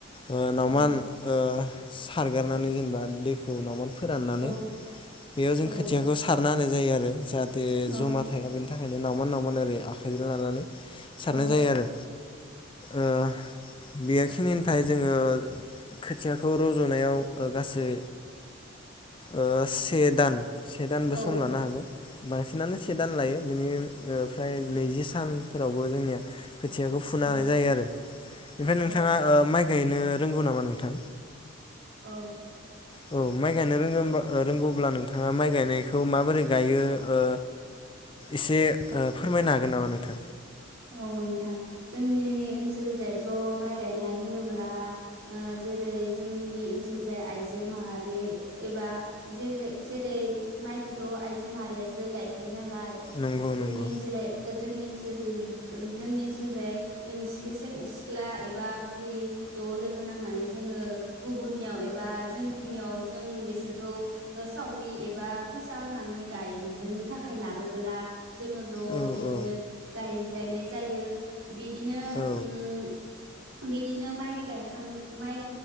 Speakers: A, on the left (about 25°); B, on the right (about 75°).
A: ओ नावमान
B: औ
A: ओ सारगारनानै जेनेबा दैखौ नम फोराननानै
B: औ
A: बेयाव जों
B: औ
A: खोथियाखौ सारना होनाय जायो आरो। जाहाथे
B: औ
A: जमा थाया बेनि थाखायनो। नावमोन नावमोन ओरै आखाइजों लानानै। सारनाय
B: औ
A: जायो आरो ओ बेखिनिनिफाय जों जोङो खोथियाखौ रज'नायाव ओ गासै ओ से दान से दानबो
B: औ
A: सम लानो हागौ। बांसिनानो से दान लायो बिनि ओ फ्राय नैजि सान फोरावबो जोंनिया खोथियाखौ फुनो
B: औ
A: हानाय जायो आरो ओमफ्राय
B: औ
A: नोंथाङा माइ गायनो रोंगौ नामा नोंथां?
B: औ।
A: औ माइ गायनो रोंगौब्ला नोंथाङा माइ गायनायखौ माबोरै गायो ओ एसे फोरमायनो हागोन नामा नोंथाङा?
B: औ नोंथां। जोंनि ओनसोल जायथ माइ गायनाय होनोब्ला जेरै जोंनि ओनसोल जाय आइजो माहारि एबा जेरै माइखौथ‌ आइजो माहारियासो गायखायो। नालाय
A: नंगौ
B: जोंनि
A: नंगौ
B: ओनसोला जोंनि ओन जोंनि ओनसोल जाय <inaudible> सिख्ला एबा बुरि ज' लोगो नांनानै जोङो गुबुननियाव एबा जोंनियाव जों बिसोरखौ सावरि एबा फैसा होनानै गायहोनो थाखाय लाबोब्ला जोङो ज'
A: औ
B: बिदिनो
A: औ
B: रायज्लायनाय जायो। बिदिनो
A: औ
B: उम बिदिनो माइ गायखां माइ